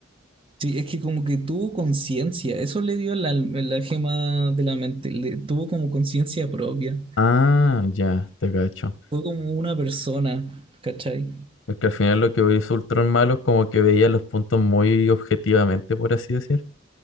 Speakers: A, on the right (about 30°); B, on the left (about 70°).
A: Sí, es que como que tuvo conciencia, eso le dio la, la gema de la mente, le, tuvo como conciencia propia,
B: Ah, ya, te cacho.
A: fue como una persona, ¿cachai?
B: Es que al final lo que hizo Ultron malo es como que veía los puntos muy objetivamente, por así decir.